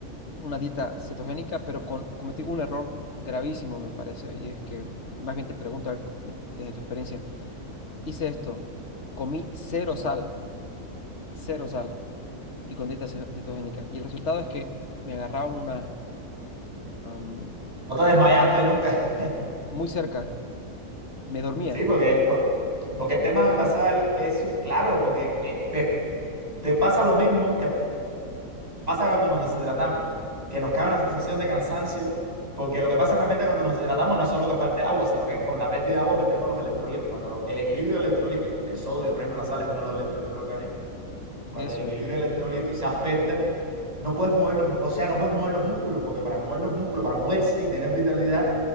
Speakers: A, on the left (about 50°); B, on the right (about 25°).
A: una dieta cetogénica, pero con- cometí un error gravísimo, me parece. Y es que, más bien te pregunto a ver cómo- desde tu experiencia, hice esto, comí cero sal, cero sal, y con dieta ce- cetogénica. Y el resultado es que me agarraron una, am,
B: No te desmayaste nunca, <laughs>
A: muy cerca, me dormía.
B: sí, porque, por- porque el tema de la sal es, súper- claro, porque eh, te, te pasa lo mismo que pasa cuando nos deshidratamos, que nos cae una sensación de cansancio, porque lo que pasa realmente cuando nos deshidratamos no es solo que falte agua, sino que con la pérdida de agua perdemos los electrolitos. Y cuando lo- el equilibrio de electrolitos, el sodio, por ejemplo, la sal es uno de los electrolitos del organismo, cuando
A: Eso
B: el equilibrio
A: es.
B: de electrolitos se afecta, no puedes mover los, o sea, no puedes mover los músculos, porque para mover los músculos, para moverse y tener vitalidad,